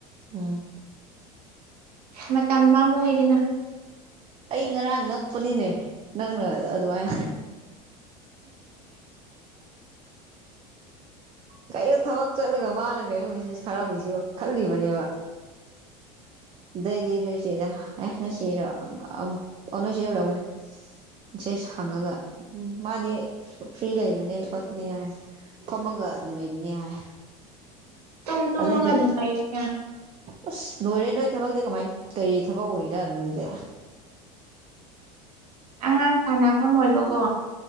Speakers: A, on the right; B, on the right.
A: ꯎꯝ
B: ꯃꯇꯝ ꯄꯥꯝꯃꯨꯏꯗꯅ
A: ꯑꯩ ꯉꯔꯥꯡ ꯉꯛꯄꯅꯤꯅꯦ ꯅꯪꯅ ꯑꯗꯨꯃꯥꯏ ꯀꯩꯅꯣ ꯊꯕꯛ ꯆꯠꯂꯒ ꯃꯥꯅ ꯀꯩꯅꯣ ꯃꯦꯁꯦꯖ ꯊꯥꯔꯝꯃꯤꯁꯤꯕꯨ ꯈꯜꯂꯤꯕꯅꯦꯕ ꯑꯗꯩꯗꯤ ꯅꯣꯏ ꯆꯦꯗ ꯑꯦ ꯅꯣꯏ ꯆꯦꯔꯣ ꯑꯣ ꯅꯣꯏ ꯆꯦ ꯑꯣꯏꯔꯝꯒꯅꯤ ꯖꯦꯁ ꯍꯪꯉꯒ ꯃꯥꯗꯤ ꯐ꯭ꯔꯤ ꯂꯩꯕꯅꯦ ꯈꯣꯠꯄꯅꯦ ꯍꯥꯏ ꯐꯝꯃꯒ ꯑꯗꯨꯝ ꯂꯩꯕꯅꯦ ꯍꯥꯏ
B: ꯇꯨꯝ ꯇꯨꯝꯃꯒ
A: ꯑꯗꯥꯏꯗꯨ
B: ꯑꯗꯨꯝ ꯂꯩꯔꯤꯅꯦ
A: ꯑꯁ ꯂꯣꯢꯔꯦ ꯅꯣꯢ ꯊꯕꯛꯇꯤ ꯀꯃꯥꯏ ꯀꯔꯤ ꯊꯕꯛ ꯑꯣꯏꯔꯤꯖꯥꯠꯅꯣ ꯑꯗꯨꯗꯤ
B: ꯑꯉꯥꯡ ꯁꯥꯟꯅꯐꯝ ꯑꯣꯏꯕꯀꯣ